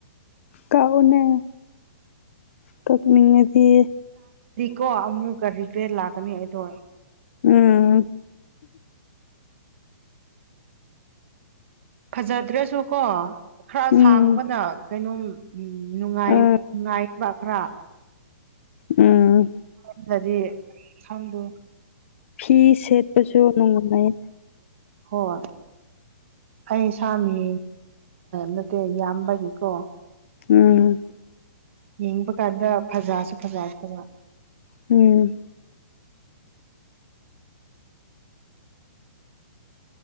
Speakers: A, on the left; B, on the right.
A: ꯀꯥꯎꯅ ꯀꯛꯅꯤꯡꯉꯗꯤ
B: ꯀꯣ ꯑꯃꯨꯛꯀ ꯔꯤꯒ꯭ꯔꯦꯠ ꯂꯥꯛꯀꯅꯤ ꯑꯩꯗꯣ
A: ꯎꯝ
B: ꯐꯖꯗ꯭ꯔꯁꯨ ꯀꯣ ꯈꯔ
A: ꯎꯝ
B: ꯁꯥꯡꯕꯅ ꯀꯩꯅꯣꯝ ꯅꯨꯡꯉꯥꯏ
A: ꯑꯥ
B: ꯉꯥꯏ ꯄꯈ꯭ꯔꯥ
A: ꯎꯝ
B: ꯑꯩꯅꯗꯤ ꯋꯝꯗꯨ
A: ꯐꯤ ꯁꯦꯠꯄꯁꯨ ꯅꯨꯡꯉꯥꯏ
B: ꯍꯣꯏ ꯑꯩ ꯏꯁꯥꯃꯤ ꯅꯠꯇꯦ ꯌꯥꯝꯕꯒꯤꯀꯣ
A: ꯎꯝ
B: ꯌꯦꯡꯕ ꯀꯥꯟꯗ ꯐꯖꯥꯁꯨ ꯐꯖꯥꯠꯇꯕ
A: ꯎꯝ